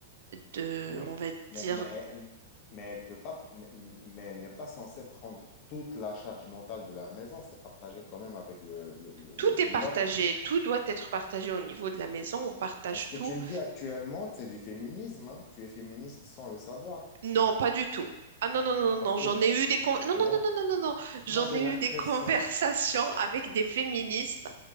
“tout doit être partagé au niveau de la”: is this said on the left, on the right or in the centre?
Right